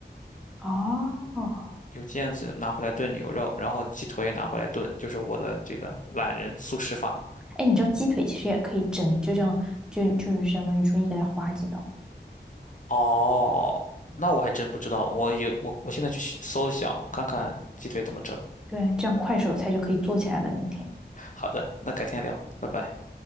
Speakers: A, in the centre; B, on the left.
A: 哦，
B: 牛腱子拿回来炖牛肉，然后鸡腿也拿回来炖，就是我的这个懒人速食法。
A: 哎，你知道鸡腿其实也可以蒸，就像就就是相当于说你给它划几刀，
B: 哦，那我还真不知道，我有我我现在去搜一下，看看鸡腿怎么整。
A: 对，这样快手菜就可以做起来了。明天
B: 好的，那改天聊，拜拜。